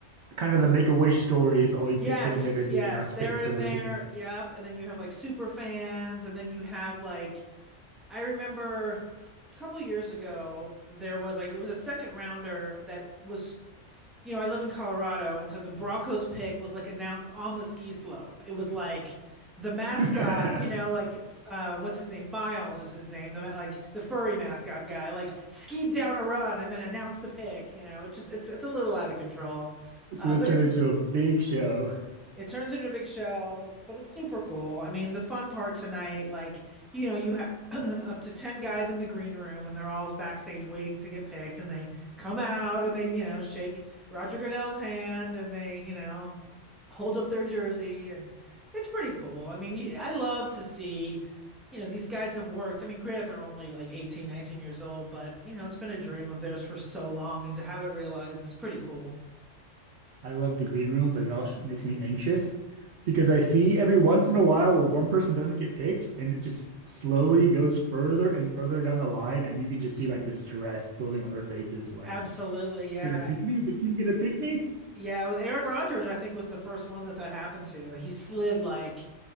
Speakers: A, on the right; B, in the centre.
A: kind of the Make-A-Wish stories always
B: Yes,
A: get put in there to do
B: yes,
A: announce
B: they're
A: picks
B: in
A: for their
B: there.
A: team.
B: Yep. And then you have like super fans, and then you have like I remember a couple years ago, there was like, it was a second rounder that was, you know, I live in Colorado. And so the Broncos pick was like announced on the ski slope. It was like the mascot,
A: <laughs>
B: you know, like, uh, what's his name? Miles is his name. The, like the furry mascot guy, like skied down a run and then announced the pick, you know, it just, it's, it's a little out of control.
A: So
B: Uh,
A: they
B: but
A: turn
B: it's,
A: into a big show.
B: it turns into a big show and it's but it's super cool. I mean, the fun part tonight, like, you know, you have <clears throat> up to 10 guys in the green room and they're all backstage waiting to get picked and they come out and they, you know, shake Roger Goodell's hand and they, you know, hold up their jersey and it's pretty cool. I mean, you- I love to see, you know, these guys have worked. I mean, granted they're only like 18, 19 years old, but you know, it's been a dream of theirs for so long and to have it realized is pretty cool.
A: I love the green room, but it also makes me anxious because I see every once in a while where one person doesn't get picked and it just slowly goes further and further down the line. And you can just see like the stress building on their faces. Like,
B: Absolutely,
A: is it
B: yeah.
A: gonna pick me? Is the team gonna pick me?
B: Yeah, it was Aaron Rodgers, I think, was the first one that that happened to. He slid like